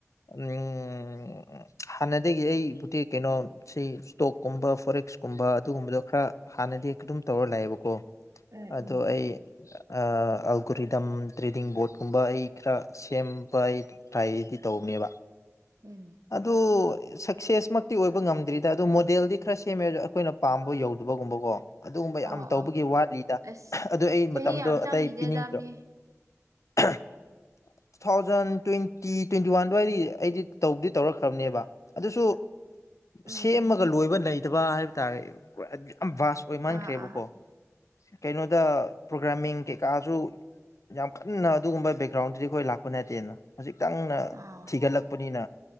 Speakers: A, on the left; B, on the right.
A: ꯎꯝ ꯍꯥꯟꯅꯗꯒꯤ ꯑꯩꯕꯨꯗꯤ ꯀꯩꯅꯣ ꯁꯤ ꯏꯁꯇꯣꯛꯀꯨꯝꯕ ꯐꯣꯔꯛꯁꯀꯨꯝꯕ ꯑꯗꯨꯒꯨꯝꯕꯗꯣ ꯈꯔ ꯍꯥꯟꯅꯗꯤ ꯑꯗꯨꯝ ꯇꯧꯔ ꯂꯥꯛꯑꯦꯕꯀꯣ
B: ꯎꯝ ꯎꯝ
A: ꯑꯗꯣ ꯑꯩ ꯑꯥ ꯑꯜꯒꯣꯔꯤꯗꯝ ꯇ꯭ꯔꯦꯗꯤꯡ ꯕꯣꯔꯠꯀꯨꯝꯕ ꯑꯩ ꯈꯔ ꯁꯦꯝꯕ ꯑꯩ ꯇ꯭ꯔꯥꯏꯗꯤ ꯇꯧꯕꯅꯦꯕ
B: ꯎꯝ
A: ꯑꯗꯣ ꯁꯛꯁꯦꯁ ꯃꯛꯇꯤ ꯑꯣꯏꯕ ꯉꯝꯗ꯭ꯔꯤꯗ ꯑꯗꯨ ꯃꯣꯗꯦꯜꯗꯤ ꯈꯔ ꯁꯦꯝꯃꯦ ꯑꯩꯈꯣꯏꯅ ꯄꯥꯝꯕ ꯌꯧꯗꯕꯒꯨꯝꯕꯀꯣ ꯑꯗꯨꯒꯨꯝꯕ
B: ꯑꯣ
A: ꯌꯥꯝ ꯇꯧꯕꯒꯤ
B: ꯑꯣ
A: ꯋꯥꯠꯂꯤꯗ
B: ꯑꯁ
A: ꯑꯗꯨ ꯑꯩ
B: ꯆꯍꯤ
A: ꯃꯇꯝꯗꯣ
B: ꯌꯥꯝ ꯆꯪꯉꯤꯗꯦꯗ
A: ꯑꯇꯩ ꯄꯤꯅꯤꯡꯇ꯭ꯔ
B: ꯃꯤ
A: <unintelligible> ꯊꯥꯎꯖꯟ ꯇ꯭ꯋꯦꯟꯇꯤ ꯇ꯭ꯋꯦꯟꯇꯤ ꯋꯥꯟ ꯑꯗꯨꯋꯥꯏꯗꯒꯤ ꯑꯩꯗꯤ ꯇꯧꯗꯤ ꯇꯧꯔꯛꯈ꯭ꯔꯕꯅꯦꯕ ꯑꯗꯨꯁꯨ
B: ꯎꯝ
A: ꯁꯦꯝꯃꯒ
B: ꯎꯝ
A: ꯂꯣꯏꯕ ꯂꯩꯇꯕ ꯍꯥꯏꯕ ꯇꯥꯔꯦ ꯌꯥꯝ ꯚꯁ ꯑꯣꯏꯃꯟꯈ꯭ꯔꯦꯕꯀꯣ
B: ꯑꯥ ꯑꯥ
A: ꯀꯩꯅꯣꯗ ꯄ꯭ꯔꯣꯒ꯭ꯔꯥꯃꯤꯡ ꯀꯩꯀꯥꯖꯨ ꯌꯥꯝ ꯀꯟꯅ ꯑꯗꯨꯒꯨꯝꯕ ꯕꯦꯛꯒ꯭ꯔꯥꯎꯟꯗꯗꯤ ꯑꯩꯈꯣꯏ ꯂꯥꯛꯄ ꯅꯠꯇꯦꯅ ꯈꯖꯤꯛꯇꯪꯅ
B: ꯑꯣ
A: ꯊꯤꯒꯠꯂꯛꯄꯅꯤꯅ